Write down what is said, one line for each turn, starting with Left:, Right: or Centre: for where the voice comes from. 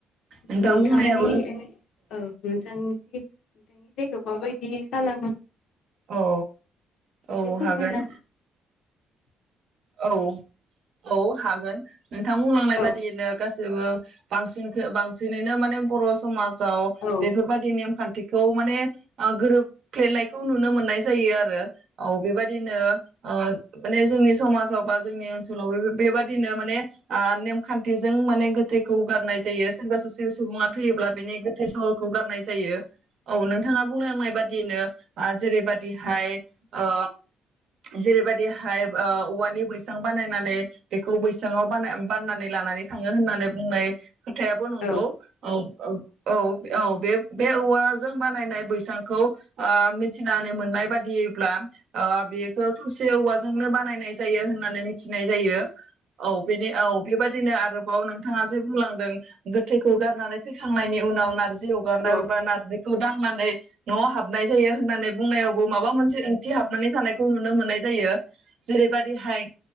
Right: नोंथां
Left: नोंथांनि
Right: बुंनायाबो
Left: औ नोंथांनि नोंथांनि जायगायाव माबायदि खालामो?
Right: औ
Left: एसे
Right: औ
Left: फोरमायना
Right: हागोन औ। औ हागोन नोंथां बुंलांनाय
Left: औ
Right: बादियैनो गासैबो बांसिन बांसिनैनो माने बर' समाज बाव
Left: औ
Right: बेफोरबायदि नेमखान्थि बेखौ माने गोरोबफ्लेनायखौ नुनो मोननाय जायो आरो औ बेबायदिनो माने जोंनि समाज जोबा जोंनि ओनसोलाव बेबादिनो माने आ नेमखान्थिजों माने गोथैखौ गारनाय जायो सोरबा सो। सुबुङा थैयोब्ला बिनि थै सहखौ गारनाय जायो। औ नोंथाङा बुंलांनाय बाद दिनो आ जेरैबायदिहाय ओ जेरैबायदिहाय ओ औवानि बैसां बानायनानै बेखौ बैसांयाव बानना बाननानै लानानै थाङो होननानै बुंनाय खोथायाबो नंगौ
Left: औ
Right: औ औ औ औ। बे बे औवाजों बानायनाय बैसांखौ ओ मिथिनानै मोननाय बादिब्ला ओ बेखौ थसे औवाजोंनो बानायनाय जायो होन नानै मिथिनाय जायो औ बेनि औ बेबायदिनो आरोबाव नोंथाङा जे बुंलांदों गोथैखौ गारनानै फैखांनायनि उनाव नारजि जि अरगारनाय
Left: औ
Right: बा नारजिखौ दां नानै नआव हाबनाय जायो होननानै बुंनायावबो माबा मोनसे ओंथि हाबनानै थानायखौ नुनो मोननाय जायो जेरैबायदिहाय